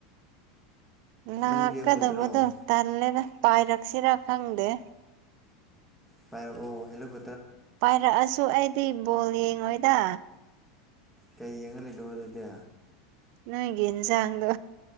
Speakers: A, on the right (about 50°); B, in the centre.
A: ꯂꯥꯛꯀꯗꯕꯗꯣ
B: ꯅꯪ ꯌꯦꯡꯉꯣꯏꯗ꯭ꯔꯣ
A: ꯇꯜꯂꯦꯗ ꯄꯥꯏꯔꯛꯁꯤꯔ ꯈꯪꯗꯦ
B: ꯄꯥꯏꯔꯛꯑꯣ ꯍꯦꯜꯂꯤꯀꯨ
A: ꯄꯥꯏꯔꯛꯑꯁꯨ ꯑꯩꯗꯤ ꯕꯣꯜ ꯌꯦꯡꯔꫭꯏꯗ
B: ꯀꯩ ꯌꯦꯡꯉ ꯂꯩꯗꯣꯏꯕ ꯑꯗꯨꯗꯤ
A: ꯅꯪꯒꯤ ꯏꯟꯁꯥꯡꯗꯣ